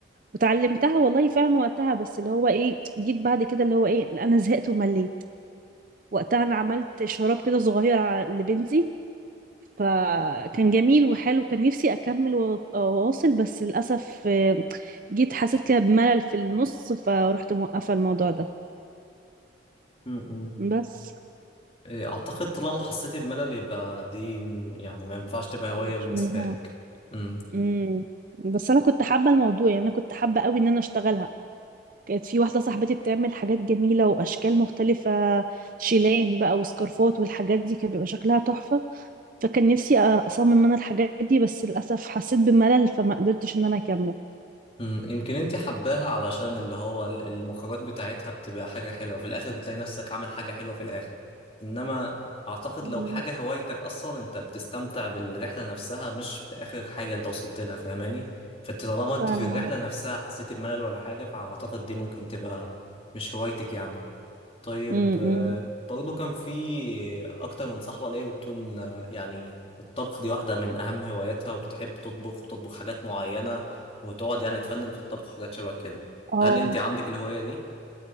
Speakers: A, on the right (about 45°); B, on the left (about 30°).
A: وتعلمتها والله فعلا وقتها بس اللي هو ايه جيت بعد كده اللي هو ايه لا انا زهقت ومليت وقتها انا عملت شراب كده صغير ع- لبنتي فكان جميل وحلو كان نفسي اكمل وأ- واواصل بس للاسف آه، جيت حسيت كده بملل في النص فروحت موقفه الموضوع ده
B: م-م.
A: بس
B: إيه، اعتقد طالما حسيتي بملل يبقى دي م- يعني ما ينفعش تبقى هواية
A: مش
B: بالنسبة
A: منها
B: لك مم.
A: امم بس انا كنت حابه الموضوع يعني انا كنت حابه قوي ان انا اشتغلها كانت في واحده صاحبتي بتعمل حاجات جميله واشكال مختلفه شيلان بقى وسكارفات والحاجات دي كان بيبقى شكلها تحفه فكان نفسي اصمم انا الحاجات دي بس للاسف حسيت بملل فما قدرتش ان انا اكمل
B: مم، يمكن انت حباها علشان اللي هو ال- المخرجات بتاعتها بتبقى حاجة حلوة في الآخر بتلاقي نفسك عامل حاجة حلوة في الآخر إنما أعتقد
A: مم.
B: لو حاجة هوايتك أصلا أنت بتستمتع بالرحلة نفسها مش بآخر حاجة أنت وصلت لها فاهماني فأنت طالما أنت
A: فعلا
B: في الرحلة
A: عندك
B: نفسها حسيت بملل ولا حاجة فأعتقد دي ممكن تبقى مش هوايتك يعني طيب
A: امم
B: آه، برضو كان في اكتر من صاحبة ليا بتقول إن، آه، يعني الطبخ دي واحدة من اهم هواياتها وبتحب تطبخ وتطبخ حاجات معينة وتقعد يعني تفنن في الطبخ وحاجات شبه كده
A: اه
B: هل انت عندك الهواية دي؟